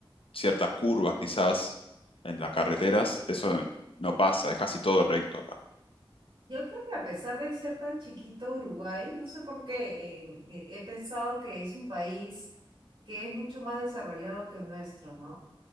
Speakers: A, on the left; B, on the right.
A: ciertas curvas quizás en las carreteras, eso no pasa, es casi todo recto acá.
B: Yo creo que a pesar de ser tan chiquito Uruguay, no sé por qué, eh, eh, he pensado que es un país que es mucho más desarrollado que el nuestro, ¿no?